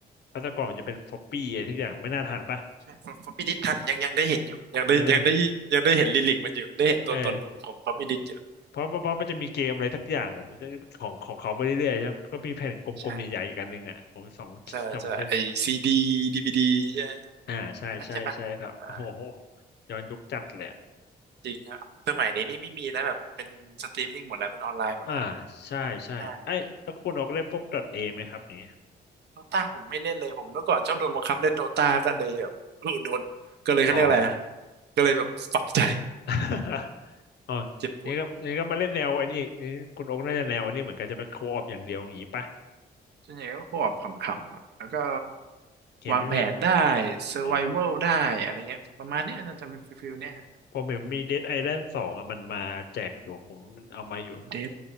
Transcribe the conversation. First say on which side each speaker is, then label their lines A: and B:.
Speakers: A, on the left; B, on the right.
A: เพราะแต่ก่อนมันจะเป็นฟอปปี้อะไรทุกอย่างไม่น่าทันป่ะ
B: ใช่ผมผมพิดิษทันยังยังได้เห็นอยู่ยังได้ยังได้ยังได้เห็นลิลิกมันอยู่ได้เห็นตัวตนของของป๊อปปี้ดิษอยู่
A: นั่นเองเออเพราะเพราะเพราะมันจะมีเกมอะไรสักอย่างผมของของเขาไปเรื่อยๆใช่ไหมก็มีแผ่นกลมๆใหญ่ๆอีกอันหนึ่งอ่ะผมสองสองเส้น
B: ใช่ใช่ใช่ไอซีดีดีวีดีใช่
A: อ่าใช่ใช่ใช่ครับโอ้โห
B: ไหมใช่ไหมใช่ปะอ่า
A: ย้อนยุคจัดเลย
B: จริงครับสมัยนี้นี่ไม่มีแล้วแบบเป็นสตรีมมิ่งหมดแล้วเป็นออนไลน์หมดแล้ว
A: อ่าใช่ใช่ไอ้ยแล้วคุณออกเล่นพวก
B: ใช่
A: .a ไหมครับอย่างเงี้ย
B: โดตาผมไม่เล่นเลยผมเมื่อก่อนชอบโดนบังคับเล่นโดตาก็เลยแบบ <laughs> เออโดนก็เลยเขาเรียกอะไรอะ
A: อ๋อ
B: ก็เลยแบบฝังใจ
A: <laughs> อ๋อ
B: เจ็บปวด
A: นี่ก็นี่ก็มาเล่นแนวไอ้นี่นี่คุณโอ๊คน่าจะแนวอันนี้เหมือนกันจะไปโคออปอย่างเดียวอย่างนี้ปะ
B: ส่วนใหญ่ก็หอบขำๆอะแล้วก็
A: เห็นมันมี
B: วางแผนได้เซอร์ไววัลได้อะไรเงี้ยประมาณเนี้ยน่าจะเป็นฟิลฟิลเนี้ย
A: อ๋อผมเห็นมีเดดไอแลนด์สองอะมันมาแจกอยู่ผมมันเอามาอยู่
B: เดด